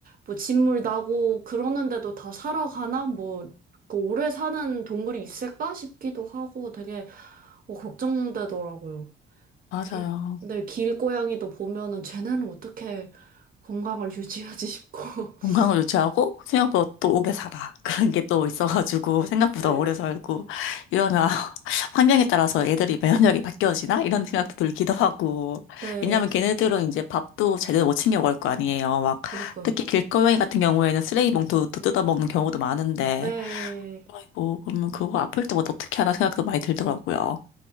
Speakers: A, on the right; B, on the left.
A: 뭐 진물 나고 그러는데도 다 살아가나? 뭐 그 오래 사는 동물이 있을까 싶기도 하고 되게 어, 걱정되더라고요.
B: 맞아요.
A: 길, 근데 길고양이도 보면은 쟤네는 어떻게 건강을 유지하지 싶고. <laughs>
B: 건강을 유지하고 생각보다 또 오래 살아. <laughs> 그런 게 또 있어가지고 생각보다
A: 네,
B: 오래 살고 이러면 <laughs> 환경에 따라서 애들이 면역력이 바뀌어지나? 이런 생각도 들기도 하고.
A: 네.
B: 왜냐면 걔네들은 이제 밥도 제대로 못 챙겨 먹을 거 아니에요. 막
A: 그니까요.
B: 특히 길거리 같은 경우에는 쓰레기 봉투도 뜯어먹는 경우도 많은데.
A: 네.
B: 아이고, 그러면 그거 아플 때마다 어떻게 하나 생각도 많이 들더라고요.